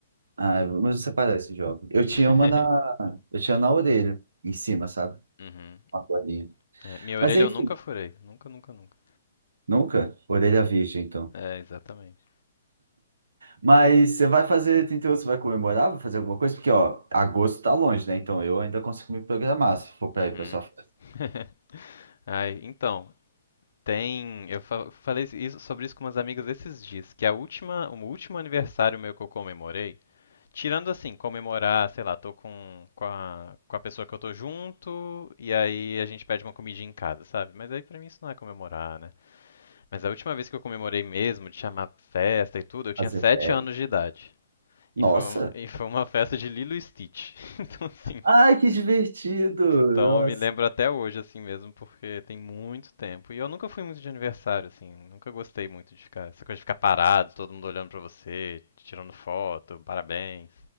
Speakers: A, on the right (about 80°); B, on the left (about 70°).
A: Ah, mas você parece jovem. Eu tinha
B: <laughs>
A: uma na, eu tinha na orelha, em cima, sabe?
B: Uhum.
A: Uma bolinha.
B: É, minha orelha
A: Mas enfim,
B: eu nunca furei. Nunca, nunca, nunca.
A: nunca. Orelha virgem, então.
B: É, exatamente.
A: Mas você vai fazer 38, você vai comemorar, vai fazer alguma coisa? Porque, ó, agosto tá longe, né? Então eu ainda consigo me programar se for pra
B: Uhum.
A: ir pra sua festa,
B: <laughs> Ai, então, tem. Eu fa- falei isso- sobre isso com umas amigas esses dias, que a última, o último aniversário meu que eu comemorei, tirando assim, comemorar, sei lá, tô com, com a, com a pessoa que eu tô junto, e aí a gente pede uma comidinha em casa, sabe? Mas aí pra mim isso não é comemorar, né? Mas a última vez que eu comemorei mesmo, de chamar festa e tudo, eu tinha
A: fazer
B: sete
A: férias.
B: anos de idade.
A: Nossa!
B: E foi, uma, e foi uma festa de Lilo e Stitch, <laughs> assim.
A: Ai, que divertido!
B: Então
A: Nossa!
B: eu me lembro até hoje, assim mesmo, porque tem muito tempo. E eu nunca fui muito de aniversário, assim. Nunca gostei muito de ficar. Essa coisa de ficar parado, todo mundo olhando pra você, tirando foto, parabéns.